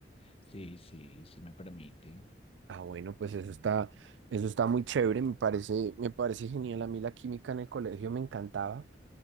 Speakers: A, on the left; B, on the right.
A: sí, sí, sí me permite.
B: Ah, bueno, pues eso está, eso está muy chévere, me parece, me parece genial. A mí la química en el colegio me encantaba.